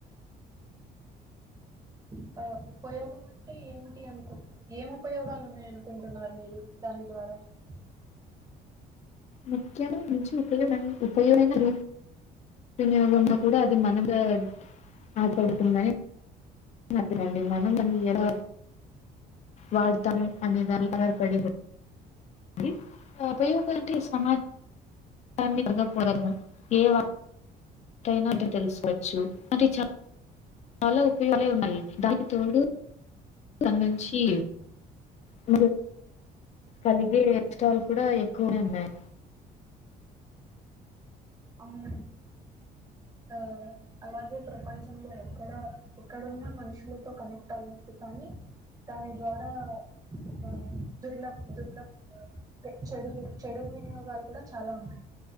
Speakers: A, on the right; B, on the left.
A: <inaudible> ఆ ఉపయోగం అంటే ఏమిటి అనుకున్. ఏం ఉపయోగాలు ఉన్నాయి అనుకుంటున్నారు మీరు దాని ద్వారా. <unintelligible>
B: ముఖ్యమ మంచి ఉపయోగం. ఉపయోగమైన రూప్ వినియోగంలో కూడా అది మనంగా ఆధాపడుతుందని. హ్యాపీనండి మనం దాన్ని ఎలా వాడతాం అనే దాని <unintelligible> పడి బా అది ఆ ఉపయోగ అంటే సమాజ్ జాన్ని పగపోరముగా ఏవా కైన ఇతడు తెలుసుకొవచ్చు అది చా చాలా ఉపయోగాలే ఉన్నాయి దానికి తోడు సంఘంచి <unintelligible> కలిగే ఎక్స్ట్రాలు కూడా ఎక్కువనే ఉన్నాయి
A: అవును ఆ అలాగే ప్రపంచంలో ఎక్కడ ఎక్కడున్నా మనుషులతో కనెక్ట్ అవ్వచ్చు కానీ దాని ద్వారా ఆ దుర్లబ్ దుర్లబ్ అ టె చెడు చెడు వినియోగాలు కూడా చాలా ఉన్నాయి